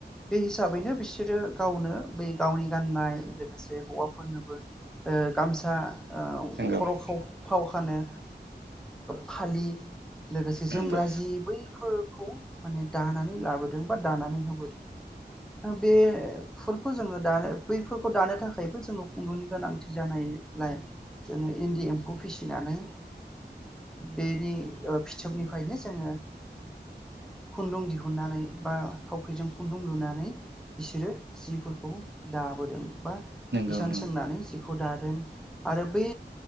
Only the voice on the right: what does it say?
गावनि
गाननाय
नंगौ
नंगौ
नंगौ